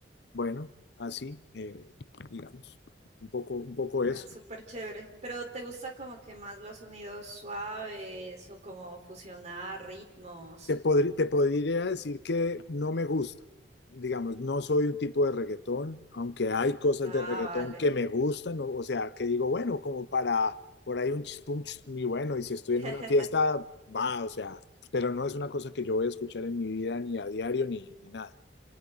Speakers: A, on the left (about 70°); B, on the right (about 40°).
A: bueno, así, eh, digamos, un poco, un poco eso.
B: Ah, súper chévere. Pero ¿te gusta como que más los sonidos suaves o como fusionar ritmos?
A: te, podr- te podría decir que no me gusta. Digamos, no soy un tipo de reggaetón, aunque hay cosas
B: Ah,
A: de reggaetón
B: vale.
A: que me gustan, o, o sea, que digo, bueno, como para por ahí un chispum, y bueno, y si estoy
B: <laughs>
A: en una fiesta, va, o sea, pero no es una cosa que yo voy a escuchar en mi vida ni a diario ni, ni nada.